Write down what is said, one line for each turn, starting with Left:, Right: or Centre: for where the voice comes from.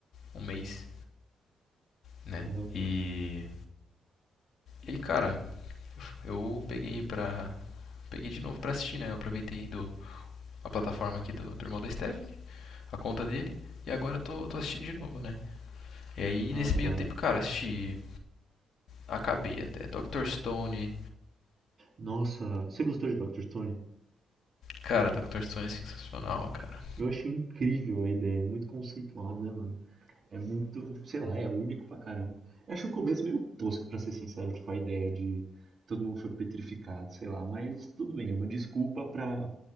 Left: um mês, né?
Right: Aham.
Left: E. E aí, cara, eu peguei pra. Peguei de novo pra assistir, né? Eu aproveitei do, a plataforma aqui do, do irmão da Stephanie, a conta dele, e agora eu tô, tô assistindo de novo, né? E aí,
Right: Ah,
Left: nesse meio
Right: tá.
Left: tempo, cara, assisti. Acabei até. Dr. Stone.
Right: Nossa, você gostou de Dr. Stone?
Left: Cara, Dr. Stone é sensacional, cara.
Right: Eu achei incrível a ideia, é muito conceitual, né, mano? É muito, sei lá, é único pra caramba. Eu acho o começo meio tosco, pra ser sincero, tipo, a ideia de todo mundo foi petrificado, sei lá, mas tudo bem, é uma desculpa pra